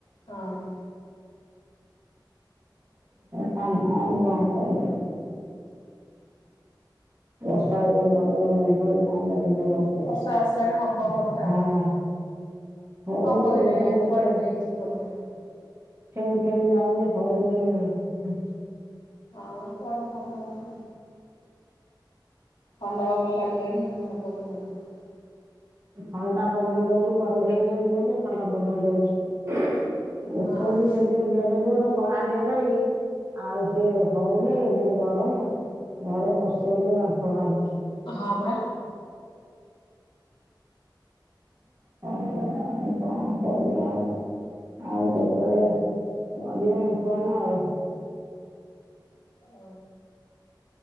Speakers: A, on the left; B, on the right.
A: ହଁ
B: କାମ ଆଉ କଣ କରିବ। ବର୍ଷା ହେ ଘରେ ଘରେ ଘଡ ଘଡି ବିଜୁଳି ମାଇଲାଣି ଜୋରସେ
A: ବର୍ଷା
B: ହଁ।
A: ଆସିଲାଣି ହବ ବୋଧେ ଆଉ
B: ହଉ
A: ହବ
B: <inaudible>
A: କି ନାଇଁ
B: ଉଠେଇ
A: କାଇଁ କୁଆଡେ ହେଇଯିବ ବୋଧେ।
B: ଉଠେଇ ବି ଯାଉଛି ହଉନି।
A: ହଁ କୁଆଡେ ହବ ବୋଧେ। ଥଣ୍ଡା ପବନ ଲାଗିଲାଣି ହବକି ନାହିଁ?
B: ଥଣ୍ଡା ପବନ ଦଉଛିୁୁ କୁଆଡେ ହେଇଯାଉଛି ବୋଧେ ଥଣ୍ଡା ପବନ ଦଉଛି।
A: ନାହିଁ।
B: ଉଠଉଛିୁ ଯେତେ ବଡେ ଦୋର କଳାହାଣ୍ଡିଆ କରିକି ଆଉ ସେ ହଉ ନେଇ ଯୋଉ ଗରମ ଘରେ ପଶି ହଉନେଇ ବାମ୍ଫ ବାହାରୁଚି।
A: ହଁ ହଁ ପରା
B: ଏଇଆ ଆଉ କଣ କରିଆ ଆଉ। ଆଉ କେତେବେଳେ କରିମି ଫୋନ୍ ଆଉ।
A: ଓ।